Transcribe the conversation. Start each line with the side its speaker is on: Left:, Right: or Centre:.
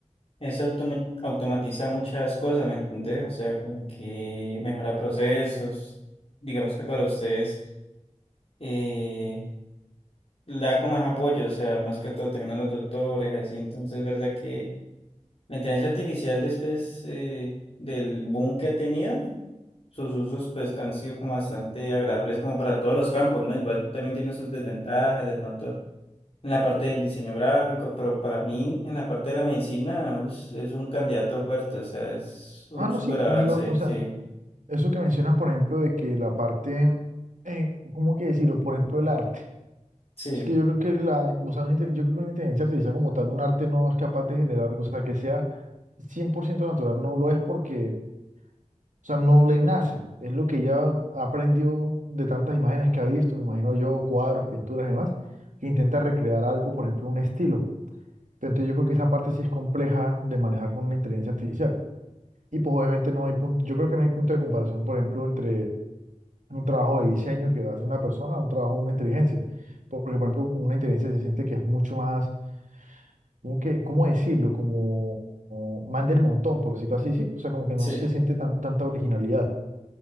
Left: eso automa- automatiza muchas cosas, ¿me entendés? O sea, como que mejora procesos. Digamos que para ustedes eh, le da como más apoyo, o sea, más que todo también a los doctores, así. Entonces, ¿verdad que La inteligencia artificial después eh, del boom que ha tenido, sus usos pues han sido como bastante agradables como para todos los campos, ¿no? Igual también tiene sus desventajas de pronto en la parte del diseño gráfico, pero para mí en la parte de la medicina us- es un candidato fuerte, o sea, es un
Right: Ah, no,
Left: súper
Right: sí,
Left: avance,
Right: digo, o sea,
Left: sí,
Right: eso que mencionas, por ejemplo, de que la parte, eh, ¿cómo que decirlo? Por ejemplo, el arte.
Left: sí,
Right: Es que yo creo que la, o sea, una inte- yo creo que una inteligencia artificial como tal, un arte no es capaz de generar, o sea, que sea 100% natural, no lo es porque, o sea, no le nace. Es lo que ya aprendió de tantas imágenes que ha visto, me imagino yo, cuadros, pinturas y demás, que intenta recrear algo, por ejemplo, un estilo. Pero Entonces yo creo que esa parte sí es compleja de manejar con una inteligencia artificial. Y pues obviamente no hay punto, yo creo que no hay punto de comparación, por ejemplo, entre un trabajo de diseño que hace una persona a un trabajo de una inteligencia. Porque, por ejemplo, con una inteligencia se siente que es mucho más como que, ¿cómo decirlo? Como, como man del montón, por decirlo así, ¿sí? O sea, como que
Left: sí,
Right: no se siente tan, tanta originalidad.